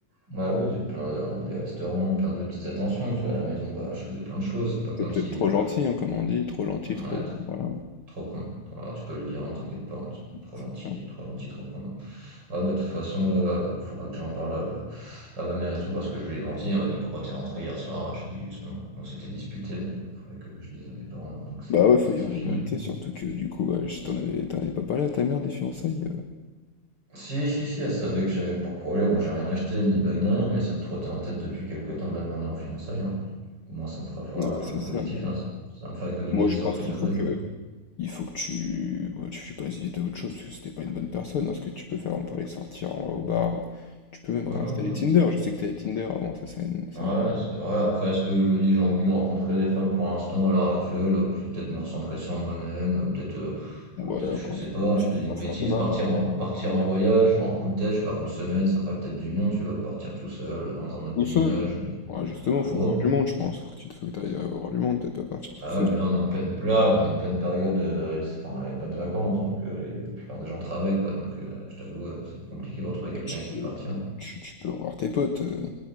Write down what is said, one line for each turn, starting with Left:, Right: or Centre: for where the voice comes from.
Right: Bah oui, j'ai plein de- des restaurants, plein de petites attentions, tu vois, à la maison, bah je faisais plein de choses, c'est pas comme
Left: t'es peut-être
Right: si...
Left: trop
Right: euh,
Left: gentil, hein, comme on dit, trop gentil, trop...
Right: ouais, trop,
Left: Voilà,
Right: trop con. Voilà, tu peux le dire, hein, t'inquiète pas, hein, tu- trop
Left: c'est
Right: gentil,
Left: ça.
Right: trop gentil, trop con. Ouais, bah de toute façon, là, faudra que j'en parle euh, à, ma mère et tout, parce que je lui ai menti, elle m'a dit pourquoi t'es rentré hier soir, j'ai dit juste qu'on qu'on s'était disputé, mais il faudrait que je dise à mes parents maintenant que, c'est-
Left: Bah ouais, faut
Right: que
Left: dire
Right: ça c'est fini.
Left: la vérité, surtout que du coup, bah, je t'en avais, t'en avais pas parlé à ta mère des fiançailles.
Right: Si, si, si, elle savait que j'avais pour projet. Bon, j'ai rien acheté, ni bague, ni rien, mais ça me trottait en tête depuis quelque temps de la demander en fiançailles. hein. Bon, au moins, ça me fera voir
Left: euh. Ouais,
Right: le point
Left: c'est ça,
Right: positif.
Left: mais
Right: hein. Ça, ça va me faire économiser
Left: moi je
Right: sur
Left: pense
Right: le prix
Left: qu'il
Right: de la
Left: faut
Right: bague.
Left: que
Right: hein.
Left: Il faut que tu, bon, tu tu passes vite à autre chose parce que c'était pas une bonne personne. Alors, ce que tu peux faire, on peut aller sortir en- au bar. Tu peux même
Right: Ouais,
Left: réinstaller
Right: ouais, non.
Left: Tinder. Je sais que t'avais Tinder avant, ça c'est une- c'est
Right: Ouais,
Left: un peu.
Right: c'est vrai. Après, est-ce que je me dis, j'ai envie de rencontrer des femmes pour l'instant, à l'heure actuelle, euh, plus peut-être me recentrer sur moi-même, euh, peut-être, euh,
Left: Ouais,
Right: je, peut-être,
Left: après,
Right: je sais
Left: ça
Right: pas,
Left: peut, ça
Right: je te dis
Left: peut pas
Right: une bêtise,
Left: faire de mal.
Right: partir
Left: hein.
Right: en, partir en voyage, pour un coup de tête, je pars une semaine, ça ferait peut-être du bien, tu vois, de partir tout seul, dans un autre
Left: Tout
Right: paysage.
Left: seul.
Right: une-
Left: Ouais, justement,
Right: Ouais,
Left: faut voir du monde, je pense. Faut que tu faut que t'ailles euh, voir du monde, peut-être pas partir tout
Right: Ah
Left: seul.
Right: ouais, mais là on est en pleine, là, on est en pleine période, euh, c'est- enfin, il n'y a pas de vacances, donc euh, les- la plupart des gens travaillent, quoi. Donc euh, je t'avoue, euh, ça va être compliqué pour trouver quelqu'un
Left: Bah, tu
Right: avec qui
Left: peux,
Right: partir.
Left: tu, tu peux revoir tes potes, euh,